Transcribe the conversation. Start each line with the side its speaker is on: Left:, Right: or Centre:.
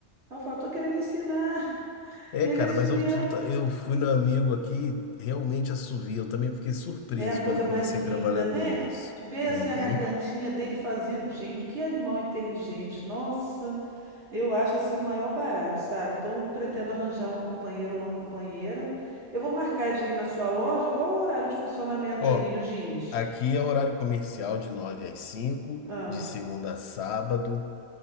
Right: Aí eu falo, tô querendo ensinar <laughs>
Left: É,
Right: ele
Left: cara,
Right: a assoviar.
Left: mas eu, tu- tá- eu fui no amigo aqui, realmente assovia. Eu também fiquei surpreso
Right: É a coisa
Left: quando eu
Right: mais
Left: comecei
Right: linda,
Left: a trabalhar
Right: né?
Left: com isso.
Right: Tu vê
Left: Uhum.
Right: assim a gargantinha dele fazendo. Gente, que animal inteligente. Nossa, eu acho assim o maior barato, sabe? Então, eu pretendo arranjar um companheiro, uma companheira. Eu vou marcar de ir na sua loja. Qual o horário de funcionamento
Left: Ó,
Right: aí, os dias?
Left: aqui é horário comercial de 9 às 5,
Right: Ah,
Left: de segunda a sábado.